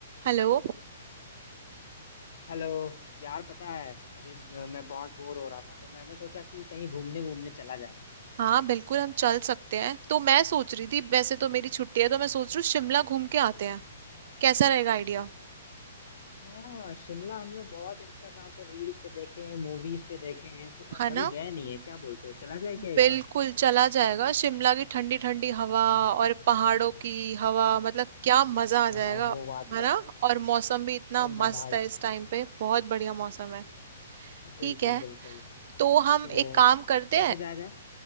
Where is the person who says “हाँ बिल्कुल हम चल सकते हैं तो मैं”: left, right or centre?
Right